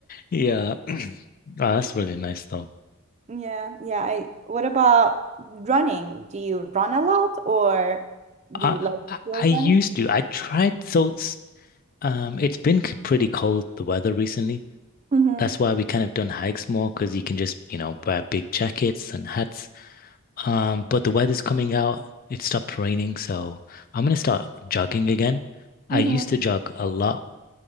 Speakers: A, on the left; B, on the right.
A: Yeah. <clears throat> Oh, that's really nice though.
B: Yeah, yeah. I, what about running? Do you run a lot or
A: I,
B: do you like
A: I
B: enjoy
A: I used
B: running?
A: to. I tried so s- um it's been c- pretty cold the weather recently.
B: Mm-hmm.
A: That's why we kind of done hikes more because you can just, you know, wear big jackets and hats Um, but the weather's coming out. It stopped raining, so I'm gonna start jogging again. I
B: Mm-hmm.
A: used to jog a lot.